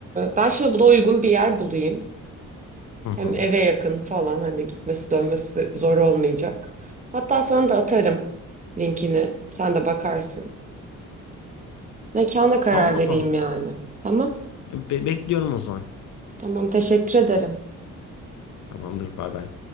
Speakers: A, on the right; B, on the left.
A: ben şimdi buna uygun bir yer bulayım.
B: Hı hı.
A: Hem eve yakın falan hani gitmesi dönmesi zor olmayacak. Hatta sana da atarım linkini. Sen de bakarsın. Mekana karar
B: Tamam o
A: vereyim
B: zaman.
A: yani. Tamam.
B: Be- bekliyorum o zaman.
A: Tamam teşekkür ederim.
B: Tamamdır, bay bay.